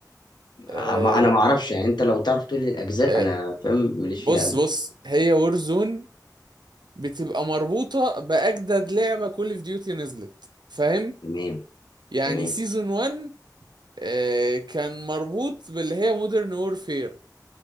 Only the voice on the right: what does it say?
أه
أه
بص
بص هي وورزون بتبقى مربوطة بأجدد لعبة كول اوف ديوتي نزلت فاهم
يعني
سيزون 1 آه، كان مربوط باللي هي مودرن وورفير